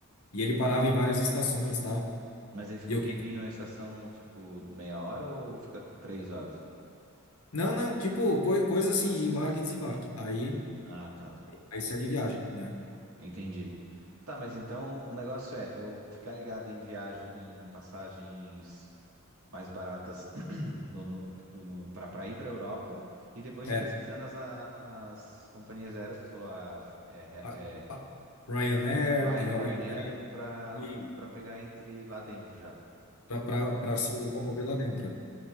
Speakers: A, on the left; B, on the right.
A: E ele parava em várias estações, tal.
B: Mas aí fica
A: E eu
B: um tempinho
A: quis...
B: na estação, tipo, meia hora ou fica três horas?
A: Não, não, tipo, coi- coisa assim, de embarque e desembarque. Aí,
B: Ah, tá, tá.
A: aí segue viagem, né?
B: Entendi. Tá, mas então o negócio é eu ficar ligado em viagem, em passagens mais baratas no, no, tipo, no, para ir para a Europa e depois
A: É,
B: ir pesquisando as, a- as companhias aéreas que tu falou, a, é,
A: a,
B: é,
A: a Ryanair,
B: Ryan-
A: tem a
B: Ryanair,
A: Wizz Air,
B: para
A: e
B: para pegar entre lá dentro já.
A: para se locomover lá dentro. é.